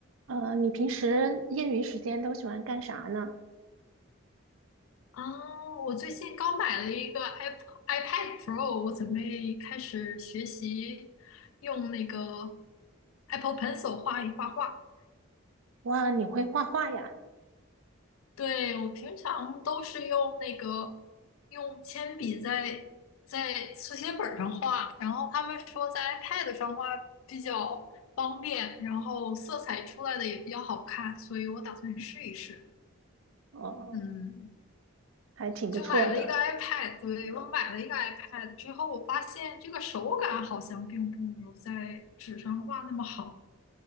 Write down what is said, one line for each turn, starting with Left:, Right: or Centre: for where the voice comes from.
Right: 呃，你平时业余时间都喜欢干啥呢？
Left: 啊，我最近刚买了一个 iP iPad Pro，我准备开始学习用那个 Apple Pencil 画一画画。
Right: 哇，你会画画呀？
Left: 对，我平常都是用那个用铅笔在在速写本儿上画，然后他们说在 iPad 上画比较方便，然后色彩出来的也比较好看，所以我打算试一试。
Right: 哦，
Left: 嗯，
Right: 还挺不错的。
Left: 就买了一个 iPad，对，我买了一个 iPad 之后，我发现这个手感好像并不如在纸上画那么好，